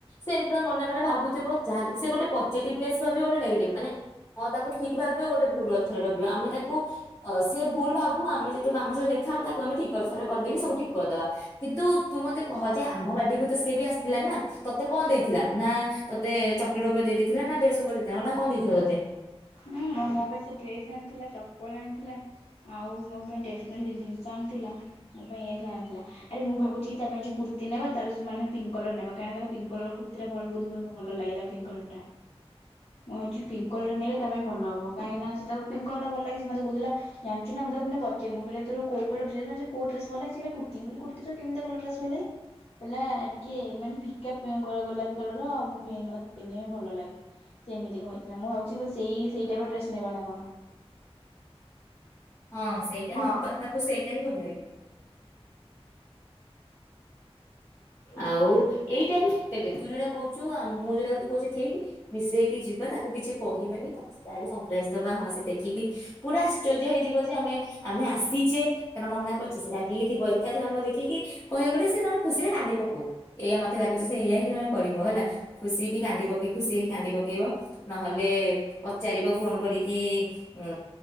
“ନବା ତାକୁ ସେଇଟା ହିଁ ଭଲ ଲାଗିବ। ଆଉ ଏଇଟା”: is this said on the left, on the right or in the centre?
Left